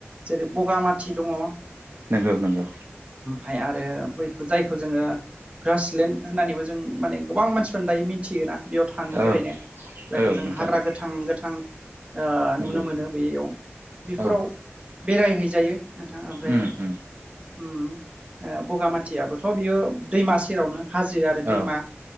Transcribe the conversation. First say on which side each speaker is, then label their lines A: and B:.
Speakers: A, on the right; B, on the right.
A: जेरै बगामाथि दङ
B: औ नोंगौ
A: ओमफाय आरो बैखौ जायखौ जोङो ग्रासलेण्ड होननानैबो जों माने गोबां मानसिफोरानो दायो मिन्थियोना बेयाव थाङो
B: औ
A: बेरायनो जायखौ
B: औ
A: जों
B: नोंथां
A: हाग्रा
B: औ
A: गोथां गोथां ओ
B: नंगौ
A: नुनो मोनो बेैयाव बेफोराव
B: औ
A: बेरायहैजायो नोंथाङा ओमफ्राय
B: उम उम
A: उम ओ बगामाथियाबोथ' बियो दैमा सेरावनो हाजो आरो
B: औ
A: दैमा